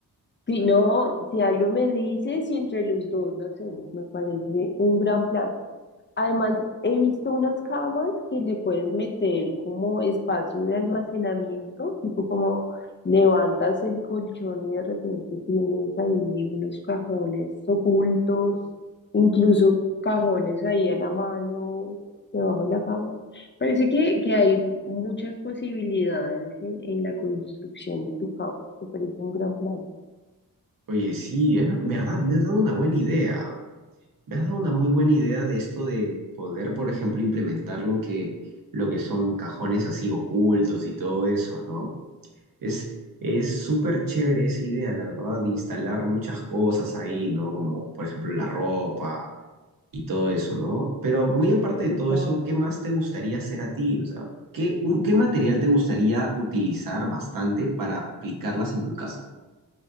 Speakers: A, on the left; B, on the right.
A: Si no, si algo me dices y entre los dos lo hacemos, me parece un gran plan. Además, he visto unas camas que le puedes meter como espacio de almacenamiento, tipo como levantas el colchón y de repente tienes ahí unos cajones ocultos, incluso cajones ahí a la mano, debajo de la cama. Parece que, que hay muchas posibilidades en, en la construcción de tu cama. Me parece un gran plan.
B: Oye, sí, es ver- verdad, me has dado una buena idea. Me has dado una muy buena idea de esto de poder, por ejemplo, implementar lo que, lo que son cajones así ocultos y todo eso, ¿no? Es, es súper chévere esa idea, la verdad, de instalar muchas cosas ahí, ¿no? Como, por ejemplo, la ropa y todo eso, ¿no? Pero muy aparte de
A: Total.
B: todo eso, ¿qué más te gustaría hacer a ti? O sea, ¿qué, un- qué material te gustaría utilizar bastante para aplicarlas en tu casa?